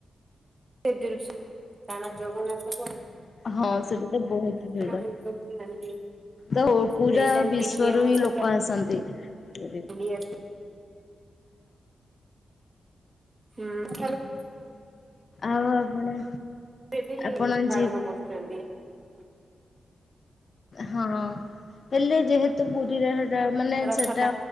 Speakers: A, on the right; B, on the left.
A: <unintelligible> ଜଗନ୍ନାଥଙ୍କୁ
B: ହଁ ସେଟା ତ ବୋହୁତ
A: ଆଖି
B: ଭିଡ଼।
A: ମନ୍ଦିରକୁ ଯାଆନ୍ତି
B: ତ ପୁରା
A: ସେଇଟା
B: ବିଶ୍ଵରୁ
A: ସେଇ ନିୟମ
B: ହିଁ
A: ତ
B: ଲୋକ ଆସନ୍ତି। ହଁ।
A: ଚାଲି ଆସି ହୁଁ।
B: ଆଉ ଆପଣ?
A: ସେବି
B: ଆପଣ
A: ପାଳନ
B: ଯି
A: କରୁଛନ୍ତି।
B: ହଁ ହେଲେ ଯେହେତୁ ପୁରୀରେ ସେଟା ମାନେ
A: ରଥ
B: ସେଟା